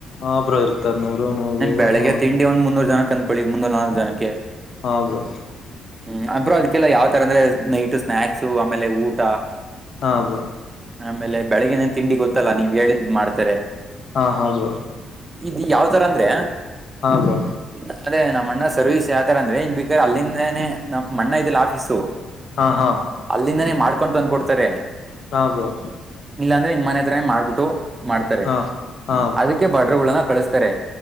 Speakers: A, on the left; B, on the right.
A: ಹಾ ಬ್ರೋ ಇರ್ತಾರೆ ನೂರು ನೂರು
B: ಬೆಳಗ್ಗೆ
A: ಹಾ
B: ತಿಂಡಿ ಒಂದ ಮುನ್ನೂರು ಜನ ಕ ಅಂದಕೊಳ್ಳಿ ಮುನ್ನೂರ್ ನೂ ಜನಕ್ಕೆ
A: ಹಾ ಬ್ರೋ
B: ಹ್ಮ್ ಅಬ್ ಅದಕ್ಕೆಲ್ಲ ಯಾವ ತರ ಅಂದ್ರೆ ನೈಟ್ ಸ್ನಾಯಕ್ಸ್ ಆಮೇಲೆ ಊಟ
A: ಹಾಂ ಬ್ರೋ
B: ಆಮೇಲೆ ಬೆಳಗ್ಗೆನೇನ್ ತಿಂಡಿ ಗೊತ್ತಲ್ಲಾ ನೀವ್ ಹೇಳಿದ್ ಮಾಡ್ತಾರೆ
A: ಹಾ ಹೌದು
B: ಇದ್ ಯಾವ್ ತರ ಅಂದ್ರೆ
A: ಹ್ರೋ
B: ಇ ಅದೇ ನಮ್ಮ್ ಅಣ್ಣ ಸರ್ವಿಸ್ ಯಾವತರ ಅಂದ್ರೆನ್ ಬೇಕ್ರ ಅಲ್ಲಿಂದನನೆ ನಮ್ಮ ಅಣ್ಣ ಇದಿಲ್ಲ ಆಫೀಸು
A: ಹಾ ಹಾ
B: ಅಲ್ಲಿಂದನೇ ಮಾಡ್ಕೊಂಡು ತಂದ ಕೊಡ್ತಾರೆ
A: ಹಾ ಬ್ರೋ
B: ಇಲ್ಲಾ ಅಂದ್ರೆ ನಿಮ್ಮನೆ ಹತ್ರ ಮಾಡ್ಬಿಟ್ಟು ಮಾಡ್ತಾರೆ
A: ಹಾ ಹಾ
B: ಅದಕ್ಕೆ ಬ <unintelligible> ಕಳಿಸ್ತಾರೆ